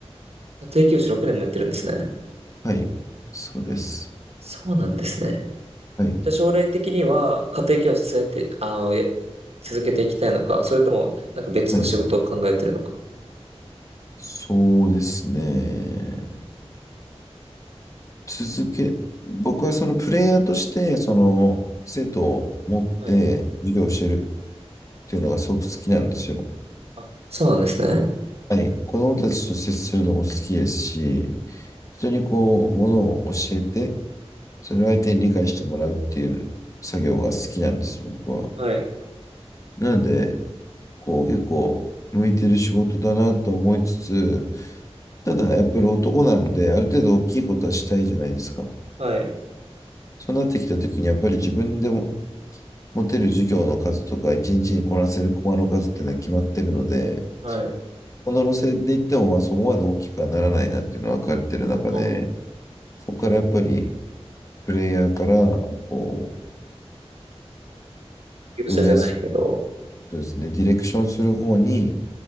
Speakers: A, on the right; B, on the left.
A: 家庭教師6年もやってるんですね。
B: はい。そうです。
A: あ、そうなんですね。
B: はい。
A: じゃあ将来的には家庭教師続けて、あの、や続けていきたいのか、それともなんか別の仕事を考えてるのか。
B: はい。そうですね。続け、僕はそのプレイヤーとして、その生徒を持って授業を教えるっ
A: はい。
B: ていうのがすごく好きなんですよ。
A: あ、そうなんですね。
B: はい。子供たちと接するのも好きですし、人にこう、ものを教えて、それを相手に理解してもらうっていう作業が好きなんです、僕は。
A: はい。
B: なので、こう結構向いてる仕事だなと思いつつ、ただやっぱり男なんで、ある程度大きいことはしたいじゃないですか。
A: はい。
B: そうなってきた時に、やっぱり自分でも持てる授業の数とか、一日にこなせるコマの数っていうのは決まってるので、
A: はい。
B: この路線で行っても、まあそこまで大きくはならないなっていうのは分かってる中で、
A: あ
B: ここからやっぱりプレイヤーからこ
A: 業者じゃないけど。
B: う運営する、そうですね、ディレクションする方に、